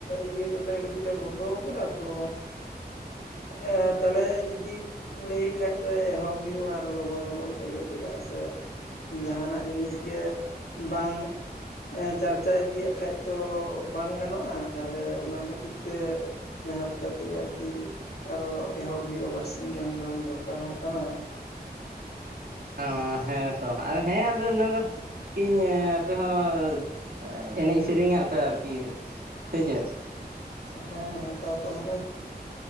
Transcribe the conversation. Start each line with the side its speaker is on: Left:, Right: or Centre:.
Left: ᱤᱭᱟᱹ ᱨᱮᱞᱮ ᱠᱟᱹᱴᱤᱡ ᱞᱮ ᱵᱚᱱᱫᱚ ᱟᱠᱟᱫᱟ ᱛᱚ ᱮᱻ ᱛᱟᱦᱚᱞᱮ ᱡᱩᱫᱤ ᱞᱟᱹᱭᱮᱜ ᱠᱷᱟᱡ ᱯᱮ ᱮᱦᱚᱵ ᱦᱩᱭᱩᱜᱼᱟ ᱟᱨ ᱞᱚᱜᱚᱱ ᱞᱚᱜᱚᱱ ᱛᱮᱜᱮ ᱪᱮᱫᱟᱜ ᱥᱮ ᱡᱟᱦᱟᱱᱟᱜ ᱡᱤᱱᱤᱥ ᱜᱮ ᱵᱟᱝ ᱪᱟᱨᱪᱟ ᱤᱫᱤᱭᱟᱜ ᱠᱷᱟᱡ ᱛᱚ ᱵᱟᱝ ᱜᱟᱱᱚᱜᱼᱟ ᱛᱟᱦᱚᱞᱮ ᱚᱱᱟ ᱠᱷᱟᱹᱛᱤᱨ ᱛᱮ ᱡᱟᱦᱟᱸ ᱞᱮᱠᱟ ᱛᱮᱜᱮ ᱟᱨᱠᱤ ᱟᱨᱦᱚᱸ ᱮᱦᱚᱵ ᱦᱩᱭᱩᱜᱼᱟ ᱵᱟᱨᱥᱤᱧ ᱜᱟᱱ ᱫᱚ ᱫᱚᱨᱠᱟᱨ ᱦᱚᱸ ᱠᱟᱱᱟ
Right: ᱚᱸᱻ ᱦᱮᱸ ᱛᱚ ᱟᱨ ᱦᱮᱸ ᱟᱫᱚ ᱚᱱᱟ ᱫᱚ ᱤᱧ ᱟᱯᱮ ᱦᱚᱸ ᱮᱱᱮᱡ ᱥᱮᱨᱮᱧᱟᱜ ᱯᱮ ᱟᱨᱠᱤ ᱥᱮ ᱪᱮᱫ
Left: ᱦᱮᱸ ᱦᱮᱸ ᱛᱟᱨᱯᱚᱨ ᱱᱚᱜᱼᱚᱭ